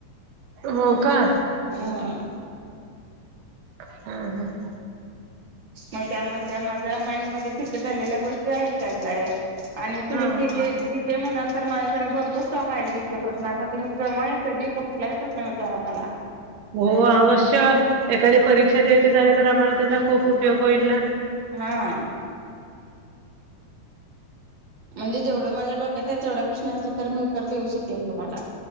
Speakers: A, on the right; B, on the right.
A: हो कां
B: हां
A: हम्मं हम्मं
B: मंग त्यांमधल्या माझ्यां माइंडमध्यें फितं झालेल्या गोष्टी आहेतं कायं कायं आणि तुम्हीं
A: ह
B: जी के जी ते म्हणालं तरं माझ्यांकडे भरंपूर स्टॉक आहे जे इके प्रश्नाचा तुम्हीं केव्हां ए कधीं कुंठलाही प्रश्न विचारां मलां
A: हो अवश्य एखांदी परीक्षा द्यायची झाली तरं आम्हांला त्यांचा खूंप उपयोग होईल नां
B: हां म्हणजे जेवढं माझ्यां डोक्यांत आहे तेवढ्यां प्रश्नां तरं मी उत्तरं देऊ शकेन तुम्हांला